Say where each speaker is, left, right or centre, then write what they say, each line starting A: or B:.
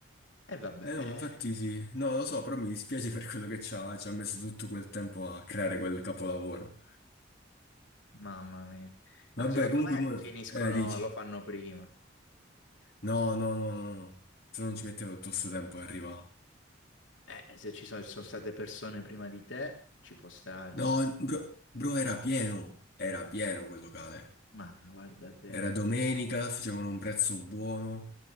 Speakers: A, on the left; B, on the left.
A: e vabbè,
B: Eh no, ma infatti
A: eh,
B: sì. No, lo so, però mi dispiace per quello che ci ha, ci ha messo tutto quel tempo a creare quel capolavoro.
A: mamma mia.
B: Vabbè,
A: No, secondo
B: comunque,
A: me
B: mo-
A: finiscono,
B: eh, dici.
A: lo fanno prima.
B: No, no, no, no, no. Se non ci mettevo tutto questo tempo ad arrivare.
A: Eh, se ci sono, ci sono state persone prima di te, ci può stare.
B: No, bro, bro, era pieno, era pieno quel locale.
A: Ma guarda te.
B: Era domenica, facevano un prezzo buono